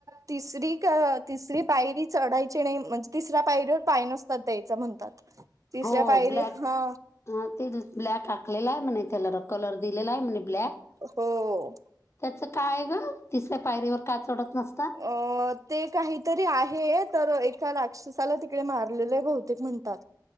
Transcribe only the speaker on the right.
तिसरी का तिसरी पायरी चढायची नाही म्हणजे. तिसऱ्या पायरीवर पाय नसतात द्यायचं म्हणतात. तिसऱ्या
पायरी
हा
हो..
अ ते काहीतरी आहे. तर एका राक्षसाला तिकडे मारलेले. बहुतेक म्हणतात.